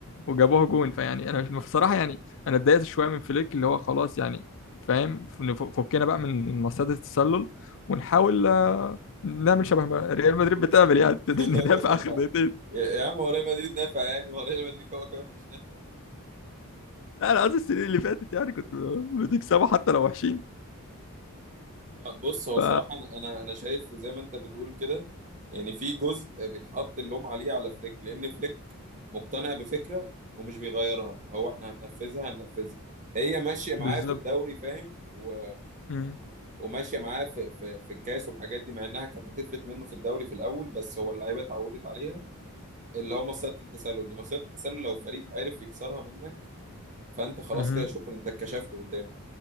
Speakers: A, on the left; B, on the right.
A: وجابوها جون فيعني انا مش بصراحه يعني انا اتضايقت شويه من فليك اللي هو خلاص يعني فاهم نف- فكنا بقى من مصيدة التسلل ونحاول آه، نعمل شبه ما ريال مدريد بتعمل يعني
B: <laughs>
A: <laughs> ندافع اخر دقيقتين
B: يا يا عم هو ريال مدريد نافع يعني هو ريال مدريد هو كمان مش نافع
A: لا انا قصدي السنين اللي فاتت يعني كنت بتكسبوا حتى لو وحشين
B: آه، بص هو
A: ف
B: صراحة انا انا أنا شايف زي ما انت بتقول كده يعني في جزء بيتحط اللوم عليه على فليك لان فليك مقتنع بفكرة ومش بيغيرها هو احنا هننفذها هننفذها هي ماشية معاه
A: بالظبط
B: في الدوري فاهم و...
A: مم.
B: وماشيه معاه في في في الكاس والحاجات دي مع انها كانت هتفلت منه في الدوري في الاول بس هو اللعيبه اتعودت عليها اللي هو مصيده التسلل دي مصيده التسلل لو فريق عرف يكسرها منك فانت خلاص
A: مهم.
B: كده شكرا انت اتكشفت قدامه